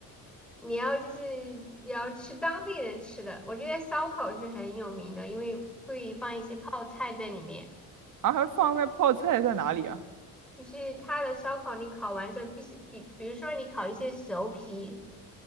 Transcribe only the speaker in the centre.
你要就是你要吃当地人吃的，我觉得烧烤是很有名的，因为会放一些泡菜在里面。
就是他的烧烤，你烤完之后必须比，比如说你烤一些熟皮、